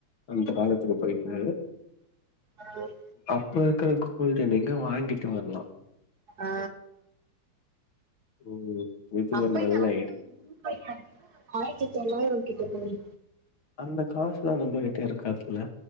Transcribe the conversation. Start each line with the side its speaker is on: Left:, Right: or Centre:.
Left: அந்த காலத்துக்கு போயிட்டு
Right: ஆஹ்
Left: இப்ப இருக்கற கோல்டு நீங்க வாங்கிட்டு வர்லா
Right: ஆ
Left: ம் இது
Right: அப்பென்ன
Left: ஒரு நல்ல ஐடி
Right: <inaudible> ஆயிரத்தி தொள்ளாயிரங்கிட்ட போய்
Left: அந்த காசுலா நம்ம கிட்ட இருக்காதுல